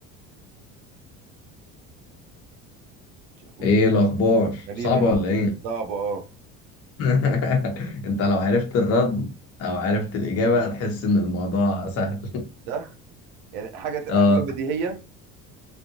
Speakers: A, on the right; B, on the left.
A: مش اخوك
B: ايه
A: ولا أختك.
B: الاخبار
A: غريبه
B: صعبة
A: دي
B: ولا ايه
A: صعبه اه
B: <laughs> انت لو عرفت الرد او عرفت الاجابة هتحس ان الموضوع سهل
A: ده يعني حاجه
B: <laughs> اه
A: حاجه بديهيه